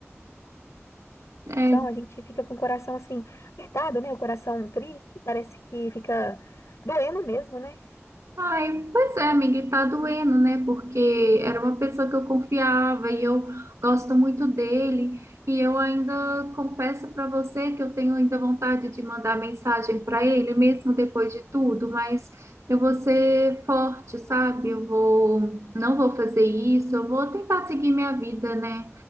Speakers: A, on the right; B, on the left.
A: É
B: a gente fica com o coração, assim, apertado, né? O coração triste, parece que fica doendo mesmo, né?
A: Ai, pois é, amiga, e tá doendo, né? Porque era uma pessoa que eu confiava e eu gosto muito dele. E eu ainda confesso para você que eu tenho ainda vontade de mandar mensagem para ele, mesmo depois de tudo, mas eu vou ser forte, sabe? Eu vou, não vou fazer isso, eu vou tentar seguir minha vida, né?